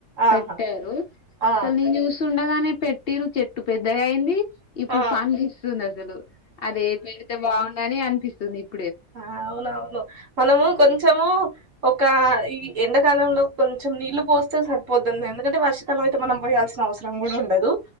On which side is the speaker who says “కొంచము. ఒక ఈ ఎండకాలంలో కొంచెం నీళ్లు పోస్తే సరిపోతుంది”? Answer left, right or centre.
Right